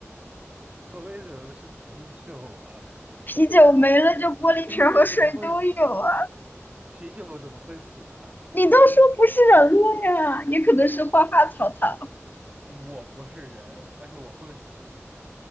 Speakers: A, on the right (about 20°); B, on the left (about 40°).
A: <laughs> 我为什么是啤酒啊？
B: 啤酒没了就玻璃瓶儿和水都有啊。
A: 啤酒怎么会死？啤酒怎么会死啊？
B: 你都说不是人了呀，也可能是花花草草，
A: 我不是人，但是我会死。